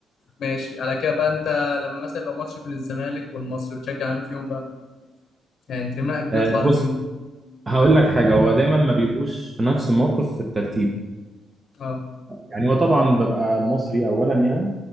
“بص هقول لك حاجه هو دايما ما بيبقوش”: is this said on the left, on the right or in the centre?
Right